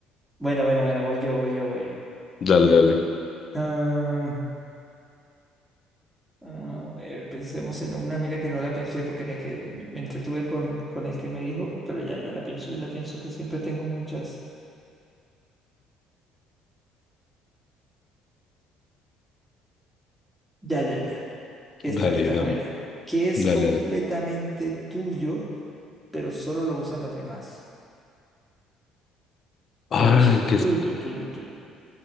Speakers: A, in the centre; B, on the left.
A: Bueno, bueno, bueno, voy yo, voy yo, voy yo.
B: Dale, dale,
A: Ah, Ah, A ver, pensemos en una, mira que no la pensé porque me, que, me entretuve con, con el que me dijo, pero ya, ya la pienso, ya la pienso que siempre tengo muchas. Ya, ya, ya. Esta,
B: dale,
A: esta
B: dame,
A: es buena. Que es
B: dale,
A: completamente
B: dale.
A: tuyo, pero solo lo usan los demás.
B: Ay,
A: Pero es
B: que
A: tuyo,
B: es,
A: tuyo, tuyo.